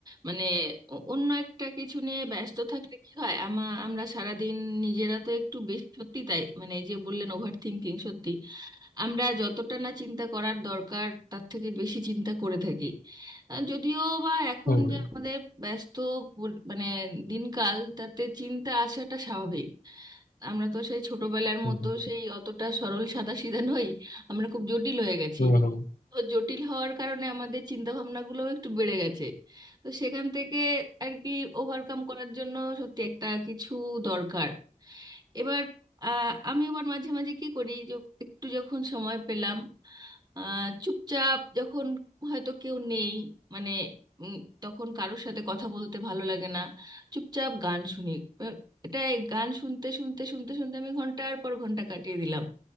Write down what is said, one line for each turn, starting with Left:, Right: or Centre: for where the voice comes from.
Right: মানে অ- অন্য একটা কিছু নিয়ে ব্যস্ত থাকলে কি হয় আমা আমরা সারাদিন নিজেরা তো একটু বেশি সত্যি তাই মানে এই যে বললেন ওভার থিঙ্কিং সত্যি আমরা যতটা না চিন্তা করার দরকার তার থেকে বেশি চিন্তা করে থাকি আহ, যদিও বা এখন
Left: হুম হুম
Right: যে আমাদের ব্যস্ত পর- মানে দিনকাল তাতে চিন্তা আসাটা স্বাভাবিক আমরা তো সেই ছোটবেলার
Left: হুম
Right: মতো সেই অতটা সরল সাদাসিধা নই আমরা খুব জটিল হয়ে গেছি
Left: হুম হুম।
Right: তো জটিল হওয়ার কারণে আমাদের চিন্তা ভাবনাগুলোও একটু বেড়ে গেছে তো সেখান থেকে আর কি ওভারকাম করার জন্য সত্যি একটা কিছু দরকার এবার আহ, আমি আবার মাঝে মাঝে কি করি যে একটু যখন সময় পেলাম আহ, চুপচাপ যখন হয়তো কেউ নেই মানে উম, তখন কারোর সাথে কথা বলতে ভালো লাগে না চুপচাপ গান শুনি আহ, এটা এই গান শুনতে শুনতে শুনতে শুনতে আমি ঘন্টার পর ঘন্টা কাটিয়ে দিলাম